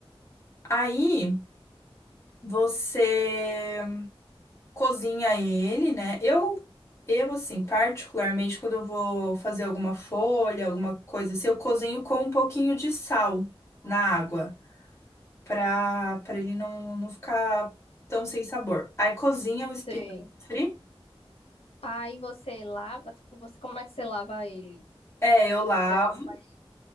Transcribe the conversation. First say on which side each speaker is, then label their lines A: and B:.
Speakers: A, on the left; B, on the left.
A: Aí você cozinha ele, né? Eu, eu assim, particularmente, quando eu vou fazer alguma folha, alguma coisa assim, eu cozinho com um pouquinho de sal na água, pra, pra ele não, não ficar tão sem sabor. Aí cozinha o espinafre,
B: Sei. Aí você lava, tipo, você, como é que você lava ele?
A: é, eu lavo.
B: Você lava ele